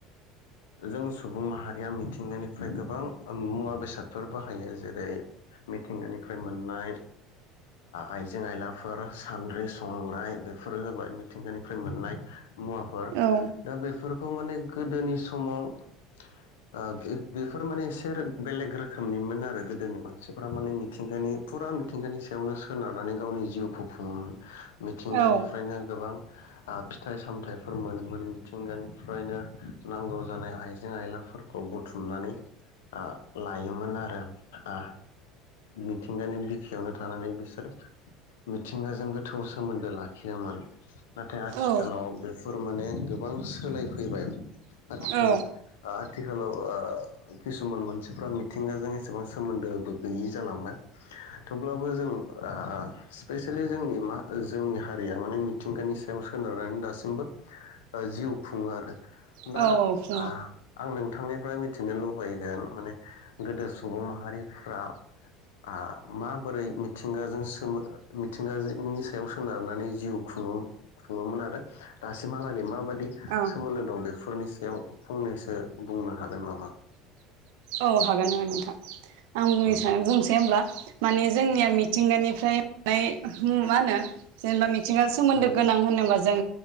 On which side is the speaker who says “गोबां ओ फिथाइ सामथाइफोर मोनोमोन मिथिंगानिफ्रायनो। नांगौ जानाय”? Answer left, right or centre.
Left